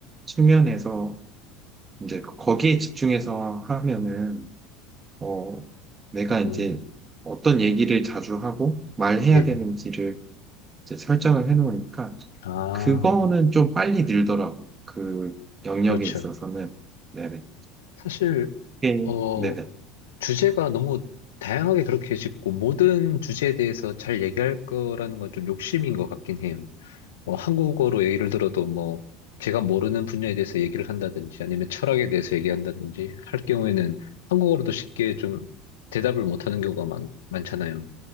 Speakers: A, on the right; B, on the left.
A: 측면에서 이제 거기에 집중해서 하면은 어, 내가 이제
B: 음,
A: 어떤 얘기를 자주 하고 말해야
B: 네네,
A: 되는지를 이제 설정을 해놓으니까
B: 아,
A: 그거는 좀 빨리 늘더라고. 그 영역에
B: 그렇죠.
A: 있어서는. 네네.
B: 사실,
A: 예.
B: 어,
A: 네네.
B: 주제가 너무 다양하게 그렇게 짓고 모든 주제에 대해서 잘 얘기할 거라는 건 좀 욕심인 것 같긴 해요. 뭐 한국어로 예를 들어도 뭐 제가 모르는 분야에 대해서 얘기를 한다든지 아니면 철학에 대해서 얘기한다든지 할 경우에는 한국어로도 쉽게 좀 대답을 못하는 경우가 많, 많잖아요.